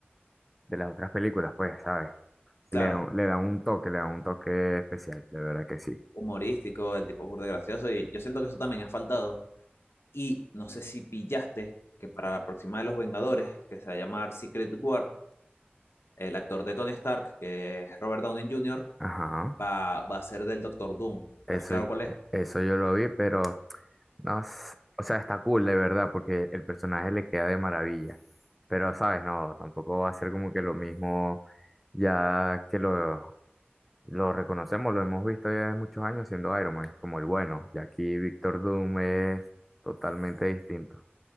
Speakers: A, in the centre; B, on the left.
A: de las otras películas, pues, ¿sabes?
B: Claro,
A: Le da, le da un toque, le da un toque especial, de verdad que sí.
B: humorístico, el tipo es burda de gracioso y yo siento que eso también ha faltado. Y no sé si pillaste que para la próxima de los Vengadores, que se va a llamar Secret War, el actor de Tony Stark, que es Robert Downey Jr.,
A: Ajá.
B: va, va a ser del Doctor Doom.
A: Eso,
B: ¿Estás claro cuál es?
A: eso yo lo vi, pero no, s- o sea, está cool de verdad, porque el personaje le queda de maravilla. Pero, ¿sabes? No, tampoco va a ser como que lo mismo ya que lo, lo reconocemos, lo hemos visto ya de muchos años siendo Iron Man, como el bueno. Y aquí Victor Doom es totalmente distinto.